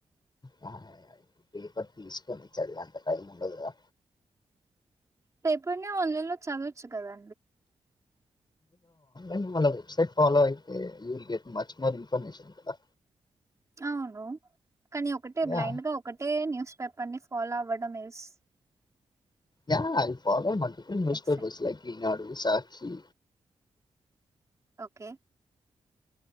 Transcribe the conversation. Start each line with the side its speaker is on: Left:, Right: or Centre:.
Left: బాయ్ అయ్ పేపర్ తీసు చమించాలి అంత టైం ఉండదుగా
Right: పేపరునే ఆన్లైన్ లో చదవచ్చు కదా
Left: ఎమ్ వెబ్ సెట్ ఫాలో యితే you will get much more information కదా
Right: అవును కని ఒకటే
Left: యా
Right: బ్లైండ్ గా ఒకటే న్యూస్ పేపర్ ని ఫాలో అవడం yes
Left: yeah all follow must be mister
Right: సెన్
Left: bus like Eenadu Sakshi
Right: okay